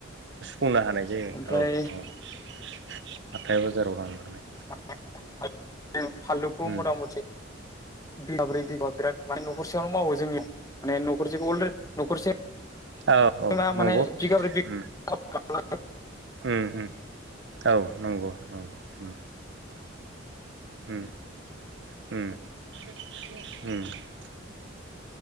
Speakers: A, on the right; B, on the left.
A: बुंनो हानाय जायो
B: ओमफ्राय
A: औ औ आथाय बाजाराव लांनानै
B: <unintelligible> फालुखौ
A: उम
B: मरा मथि बिगाब्रै बिगाबा बिराद माने न'खरसेयावनो मावो जोंनियाव माने न'खरसेखौ अलरे न'खरसे
A: औ औ
B: मा माने
A: नंगौ
B: बिगाब्रै
A: उम
B: <unintelligible>
A: उम उम औ नंगौ नंगौ उम उम उम उम